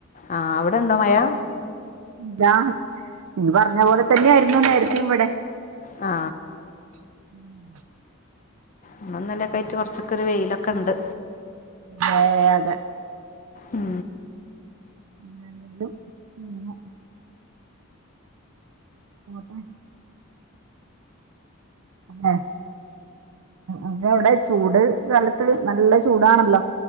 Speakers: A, on the left; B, on the right.
A: ആ അവിടെണ്ടോ മയാ
B: താ നീ പറഞ്ഞ പോലെ തന്നെയായിയിരുന്നു നേരത്തെ ഇവിടെ
A: ആ
B: ഉം
A: ഇന്നലൊക്കെ ആയിട്ട് കുറച്ചൊക്കെ ഒരു വെയിലൊക്കെ ഉണ്ട്
B: അതെ അതെ
A: ഉം
B: രണ്ടും അങ്ങനെ പോട്ട അതെ അപ്പ അവിടെ ചൂട് കാലത്ത് നല്ല ചൂടാണല്ലോ